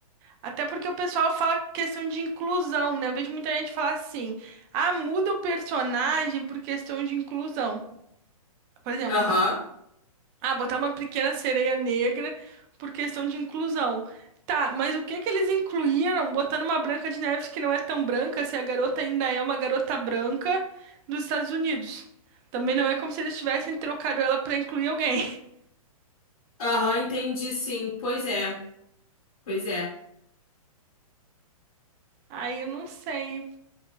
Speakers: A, on the right; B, on the left.
A: Até porque o pessoal fala questão de inclusão, né? Eu vejo muita gente falar assim: ah, muda o personagem por questão de inclusão. Por exemplo.
B: Aham.
A: Ah, botar uma pequena sereia negra por questão de inclusão. Tá, mas o que que eles incluíram botando uma Branca de Neves que não é tão branca, se a garota ainda é uma garota branca dos Estados Unidos? Também não é como se eles tivessem trocado ela pra incluir alguém. <laughs>
B: Aham, entendi sim. Pois é, pois é.
A: Aí eu não sei.